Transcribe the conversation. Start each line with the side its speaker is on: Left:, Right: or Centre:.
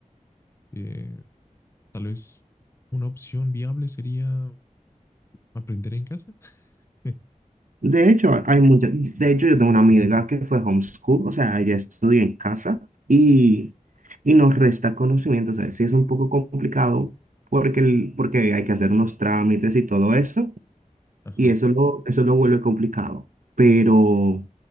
Left: Eh, Tal vez una opción viable sería aprender en casa. <laughs>
Right: De hecho, hay mucha, de hecho, yo tengo una amiga que fue homeschool, o sea, ella estudió en casa y, y nos resta conocimiento, o sea, sí es un poco complicado porque, el- porque hay que hacer unos trámites y todo eso,
Left: Ajá,
Right: y eso lo, eso lo vuelve complicado, pero,